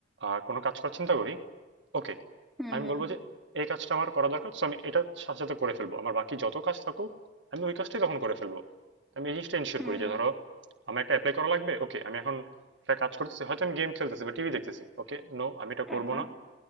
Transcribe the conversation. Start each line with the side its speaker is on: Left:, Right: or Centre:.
Right: আ কোনো কাজ করার চিন্তা করি, ওকে।
Centre: হুম
Right: আমি
Centre: হুম
Right: বলব যে এই কাজটা আমার করা দরকার। সো আমি এটার সাথে, সাথে করে ফেলব। আমার বাকি যত কাজ থাকুক, আমি ওই কাজটাই তখন করে ফেলব। আমি এই জিনিসটা এনশিওর
Centre: হুম
Right: করি
Centre: হুম
Right: যে
Centre: হুম
Right: ধরো আমার একটা এপ্লাই করা লাগবে। ওকে, আমি এখন একটা কাজ করতেছি। হয়তো আমি গেম খেলতেছি বা টিভি দেখতেছি। ওকে, নো আমি এটা করব
Centre: আচ্ছা
Right: না।